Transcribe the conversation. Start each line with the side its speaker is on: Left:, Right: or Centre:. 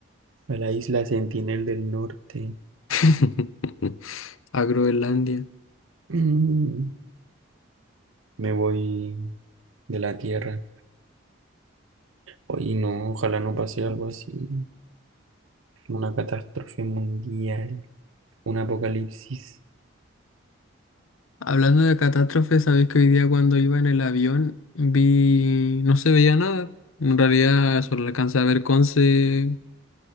Right: a la isla Sentinel del Norte.
Left: <laughs> A Groenlandia.
Right: Mm, Me voy de la Tierra. Hoy no, ojalá no pase algo así, una catástrofe mundial, un apocalipsis.
Left: Hablando de catástrofes, sabéis que hoy día cuando iba en el avión vi, no se veía nada. En realidad solo alcancé a ver Conce